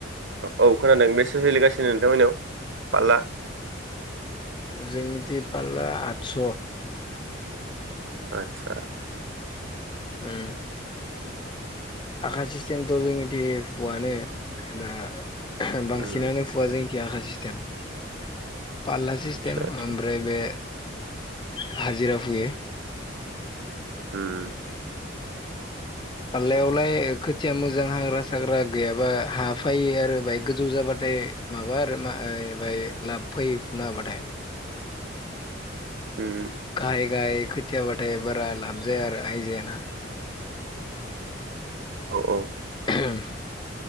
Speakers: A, on the right (about 75°); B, on the left (about 25°).
A: औ खोनादों बेसे सोलिगासिनो नोंथांमोननियाव पारला
B: जोंनिथि पालला आदस
A: आतसा
B: उम आखा सिस्टेमथ' जोंनिथि फुवानो दा बांसिनानो
A: उम
B: फुवा जोंथि आखा सिस्टेम पालला सिस्टेम
A: आदसा आदसा
B: ओमफ्राय बे हाजिरा फुयो
A: होम
B: पाललायावलाय खोथिया मोजां हाग्रा साग्रा गैयाबा हा फायो आरो बाहाइ गोजौ जाबाथाय फ्राय माबा आरो मा ओइ लाब फायो फुनो हाबाथाय
A: होम
B: गाहाय गाहाय खोथियाबाथाय बारा लाब जाया आरो आयजायाना
A: औ औ
B: <unintelligible>